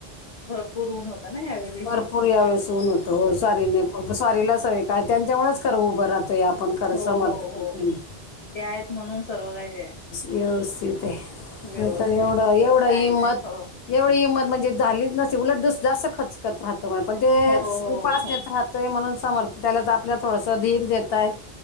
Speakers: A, on the left; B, on the left.
A: भरपूर ऊन होता ना यावेळी
B: भरपूर यावेेळेस ऊन होत, हो स्वारीने फक्त स्वारीला सगळं काय त्यांच्यामुळेच खरं उभं राहत. ते आपण कराय
A: हो
B: समर्थ
A: हो
B: कडक
A: हो
B: नाही
A: ते आहेत म्हणून सर्व काही आहे
B: व्यवस्थित आहे
A: व्यवस्थित
B: नाही तर एवढं
A: नाही
B: एवढं
A: तर काय
B: हिंमत
A: नाही हो
B: एवढी हिंमत म्हणजे झालीच नसती उलट दुस जास्त खचकत राहतो म्ह पण ते
A: हो हो
B: उपासनेेत
A: हो
B: राहत म्हणून समोर्थ त्याला तर आपल्या थोडसं धीर देतय